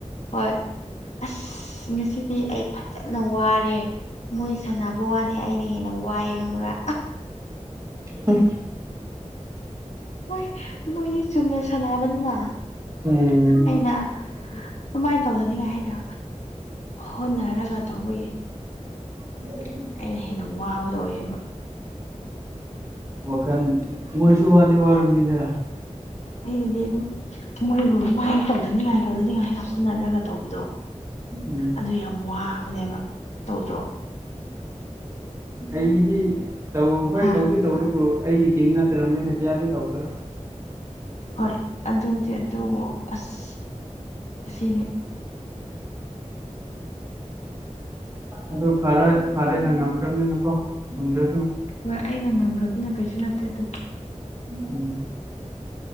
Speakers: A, on the left; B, on the right.
A: ꯍꯣꯏ ꯑꯁ ꯉꯁꯤꯗꯤ ꯑꯩ ꯐꯖ ꯟꯅ ꯋꯥꯔꯦ ꯃꯣꯏ ꯁꯥꯟꯅꯕ ꯋꯥꯅꯦ ꯑꯩꯅ ꯍꯦꯟꯅ ꯋꯥꯏꯑ ꯈꯪꯕ꯭ꯔꯥ
B: ꯎꯝ
A: ꯃꯣꯏ ꯃꯣꯏꯗꯤ ꯆꯨꯝꯅ ꯁꯥꯟꯅꯥꯅꯕꯅꯤꯅ
B: ꯎꯝ
A: ꯑꯩꯅ ꯑꯗꯨꯃꯥꯏꯅ ꯇꯧꯅꯅꯤꯡꯉꯥꯏ ꯍꯥꯏꯅ ꯍꯣꯠꯅꯔꯒ ꯇꯧꯕꯒꯤ
B: <unintelligible>
A: ꯑꯩꯅ ꯍꯦꯟꯅ ꯋꯥꯕꯗꯣ ꯑꯣꯏ ꯑꯦꯕ
B: ꯋꯥꯈꯜ ꯃꯣꯏꯁꯨ ꯋꯥꯗꯤ ꯋꯥꯔꯝꯃꯤꯗ
A: ꯑꯩꯗꯨꯗꯤ ꯑꯗꯨꯝ ꯃꯣꯏꯕꯨ ꯑꯗꯨꯃꯥꯏꯅ ꯇꯧꯗꯅꯤꯉꯥꯏ ꯇꯧꯗꯅꯤꯉꯥꯏ ꯍꯥꯏꯅ ꯍꯣꯠꯅꯔꯒ ꯇꯧꯕꯗꯣ
B: ꯎꯝ
A: ꯑꯗꯨ ꯌꯥꯝ ꯋꯥꯕꯅꯦꯕ ꯇꯧꯗ꯭ꯔꯣ
B: ꯑꯩꯗꯤ ꯇꯧ ꯍꯣꯏ
A: ꯍꯥ
B: ꯇꯧꯗꯤ ꯇꯧꯑꯦ ꯗꯨꯕꯨ ꯑꯩꯒꯤ ꯇꯤꯝ ꯅꯠꯇ꯭ꯔꯕꯅꯤꯅ ꯀꯌꯥꯗꯤ ꯇꯧꯗ꯭ꯔꯦ
A: ꯍꯣꯏ ꯑꯗꯨꯗꯤ ꯑꯗꯨꯕꯨ ꯑꯁ ꯑꯁꯤꯅꯤ
B: ꯑꯗꯨ ꯐꯔꯦ ꯐꯔꯦ ꯅꯪ ꯈꯝꯅꯤꯅꯀꯣ ꯉꯝꯗ꯭ꯔꯦ
A: ꯍꯣꯏ ꯑꯩꯅ ꯉꯝꯈ꯭ꯔꯕꯅ ꯀꯩꯁꯨ ꯅꯠꯇꯦ ꯑꯗꯨꯝ
B: ꯎꯝ